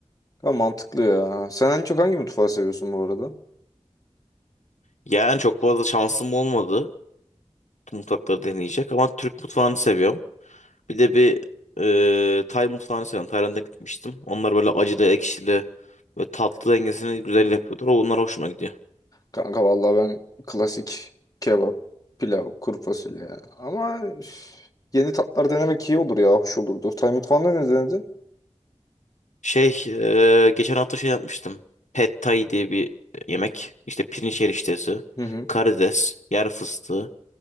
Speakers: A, on the left (about 30°); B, on the left (about 80°).
A: Ama mantıklı ya. Sen en çok hangi mutfağı seviyorsun bu arada?
B: Yani çok fazla şansım olmadı. Mutfakları deneyecek ama Türk mutfağını seviyorum. Bir de bir e, Tay mutfağını seviyorum. Tayland'a gitmiştim. Onlar böyle acılı, ekşili ve tatlı dengesini güzel yapıyorlar. Onlar hoşuma gidiyor.
A: Kanka vallahi ben klasik kebap, pilav, kuru fasulye. ya. Ama üf, yeni tatlar denemek iyi olur ya. Hoş olurdu. Tay mutfağında ne denedin?
B: Şey, e, geçen hafta şey yapmıştım. Pad Thai diye bir yemek. İşte pirinç eriştesi,
A: Hı hı.
B: karides, yer fıstığı,